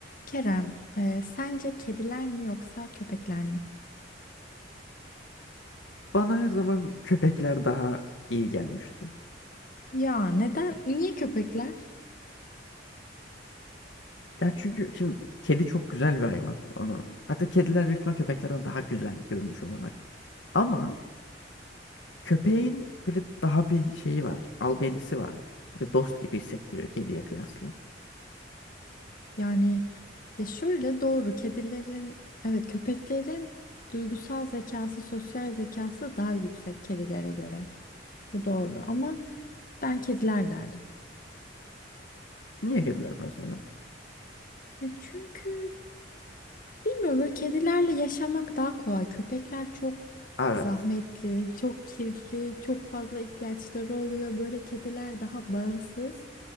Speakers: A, on the left; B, on the left.
A: Kerem, e, sence kediler mi yoksa köpekler mi?
B: Bana her zaman köpekler daha iyi gelmişti.
A: Ya neden? Niye köpekler?
B: Ya çünkü şimdi kedi çok güzel bir hayvan. Onu hatta kediler büyük ihtimal köpeklerden daha güzel görünüş olarak. Ama köpeğin böyle daha bir şeyi var. Albenisi var. Böyle dost gibi hissettiriyor kediye kıyasla.
A: Yani ya şöyle doğru kedilerin evet köpeklerin duygusal zekası, sosyal zekası daha yüksek kedilere göre. Bu doğru ama ben kediler derdim.
B: Niye kediler mesela?
A: Ya çünkü bilmiyorum böyle kedilerle yaşamak daha kolay. Köpekler çok
B: Evet.
A: zahmetli, çok kirli, çok fazla ihtiyaçları oluyor. Böyle kediler daha bağımsız